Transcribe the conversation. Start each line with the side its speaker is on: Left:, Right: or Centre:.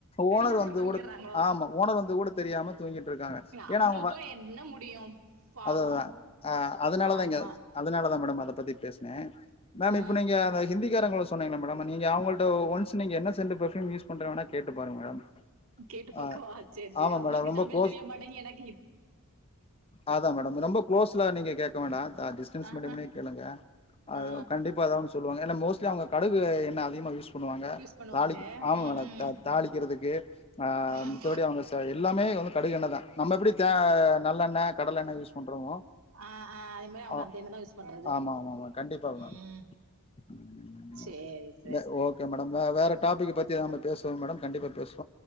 Right: தெரியாம
Left: ஓனர் வந்தது
Right: தூங்கிடுறாங்களோ
Left: கூட ஆமா ஓனர் வந்தது கூட தெரியாம தூங்கிட்ருக்காங்க ஏன்னா
Right: அவங்களுக்குல்லாம்
Left: அவங்க வ
Right: என்ன முடியும் பாவம்
Left: அதுஅதா ஆ அதனாலதா
Right: ஆமா
Left: இங்க அதனாலதா மேடம் அத பத்தி பேசுனே மேம்
Right: ஆ
Left: இப்ப நீங்க அந்த ஹிந்திக்காரங்கள சொன்னீங்கல்ல மேடம் நீங்க அவங்கள்ட்ட ஒன்ஸ் நீங்க என்ன சென்டு ஃபெர்ஃப்யூம் யூஸ் பண்ற வேணா கேட்டு பாருங்க மேடம்
Right: கேட்டு பாக்கவா
Left: ஆ
Right: சேரி சேரி
Left: ஆமா
Right: அவுங்களுக்கு
Left: மேடம் ரொம்ப
Right: தமிழ்
Left: க்ளோஸ்
Right: தெரிய மாட்டேங்கி எனக்
Left: அதா மேடம் ரொம்ப குளோஸ்ல நீங்க கேக்க வேண்டா த டிஸ்டன்ஸ்
Right: ஆ
Left: மெயின்டெயின்
Right: ஆ
Left: பண்ணி கேளுங்க அது
Right: ஆ
Left: கண்டிப்பா எதாவது ஒண்ணு சொ ல்வாங்க ஏன்னா மோஸ்ட்லி அவுங்க கடுகு எண்ண அதிகமா யூஸ் பண்ணுவாங்க
Right: யூஸ் பண்ணுவாங்க
Left: தாளிக்க ஆமா
Right: ம்
Left: மேடம்
Right: ம்
Left: தா தாளிக்கிறது க்கு ஆ
Right: ம்
Left: மித்தபடி அவுங்க ச எல்லாமே வந்து கடுகு எண்ணதா நம்ம எப்டி தே ங்கா நல்லெண்ண கடலெண்ண யூஸ் பண்றோமோ
Right: ஆ ஆ அதே மாரி அவங்க
Left: ஆ
Right: அந்த எண்ணெய்தான் யூஸ் பண்றது
Left: ஆமா ஆமா மேம் கண்டிப்பா மேம்
Right: ம்
Left: ம்
Right: சரி சார்
Left: இது ஓகே மேட நம்ம வேற டாபிக்க பத்தி நம்ம பேசுவோ மேடம் கண்டிப்பா பேசு